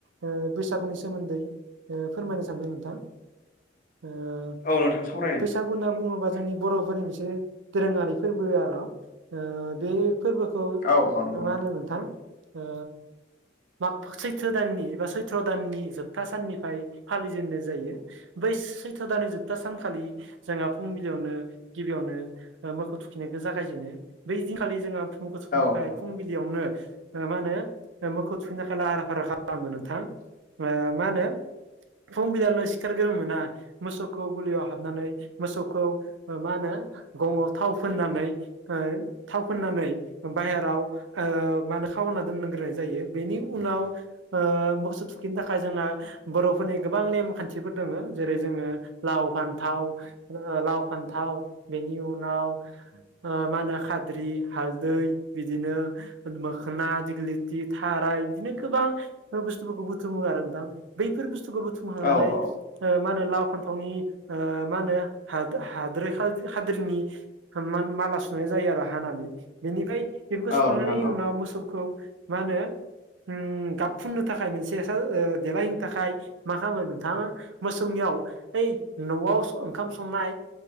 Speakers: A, on the right (about 75°); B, on the left (about 45°).
A: ओ बैसागुनि सोमोन्दै ओ फोरमायनो सानदों नोंथां। ओ
B: औ नोंथां सावराय
A: बैसागु होनना बुङोबा जोंनि बर'फोरनि मोनसे दोरोङारि फोरबो आर'। ओ बे फोरबोखौ
B: औ औ नंगौ
A: मा होनो नोंथां ओ माग सैथ्र दाननि एबा सैथ्र' दाननि जोबथा साननिफ्राय फालिजेननाय जायो। बै सैथ' दाननि जोबथा सानखालि जोंहा फुंबिलियावनो गिबियावनो मोखौ थुखिनायखौ जागायजेनो बै दिनखालि जोंहा फुं मोखौ थुखिनो
B: औ
A: थाखाय
B: नोंथां
A: फुं बिलियावनो ओ मा होनो मोखौ थुखैनो थाखाय लाहारा फाहारा खालामो नोंथां ओ मा होनो फुंबिदाननो सिखारग्रोमोना मोसौखौ गुलियाव हाबनानै मोसौखौ ओ मा होनो गङआव थाव फोननानै ओ थाव फोननानै बाहेराव ओ मा होने खावना दोनग्रोनाय जायो बेनि उनाव ओ मोखोसौ थुखिनो थाखाय जोंना बर'फोरनि गोबां नेम खान्थिफोर दङो। जेरै जोङो लाव फान्थाव लाव फान्थाव बेनि उनाव ओ मा होनो खाद्रि हालदै बिदिनो मोखोना दिग्लिथि थाराय बिदिनो गोबां बुस्थुफोरखौ बुथुमो नोंथां। बफोर बुथुखौ बुथु मखांनानै
B: औ औ
A: ओ मा होनो लाव फान्थावनि ओ मा होनो हादो- हादोरै खा-खाद्रिनि मान- माला सुनाय जायो आरो हानानै बेनिफ्राय बेफोरखौ
B: औ
A: सुखांनायनि
B: नोंथां औ
A: उनाव मोसौखौ मा होनो ओम गाब फुननो थाखाय मोनसे सा- ओदेलायहनो थाखाय मा खालामो नोंथाङा मोसौनियाव ओइ न'आव स- ओंखाम संनाय